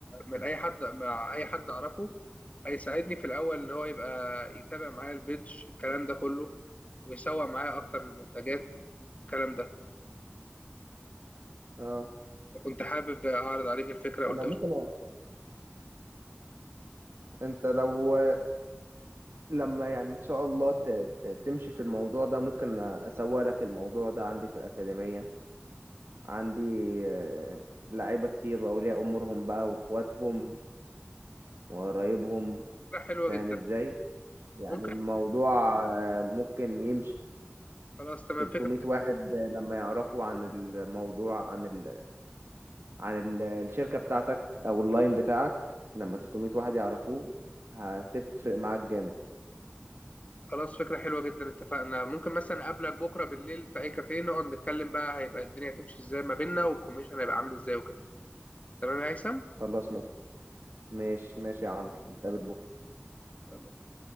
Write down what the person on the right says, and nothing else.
اه
انا ممكن
أ... انت لو لما يعني ان شاء الله ت... ت... تمشي في الموضوع ده ممكن اسوق لك الموضوع ده عندي في الاكاديميه عندي آه، لعيبه كتير واولياء امورهم بقى واخواتهم وقرايبهم
فاهم
ازاي يعني
الموضوع آه، ممكن يمشي
300
واحد لما يعرفوا عن الموضوع عن ال... عن ال... الشركه بتاعتك او اللاين بتاعك لما 300 واحد يعرفوه هتفرق معاك جامد
خلاص ماشي ماشي ماشي يا عمرو نتقابل بكرة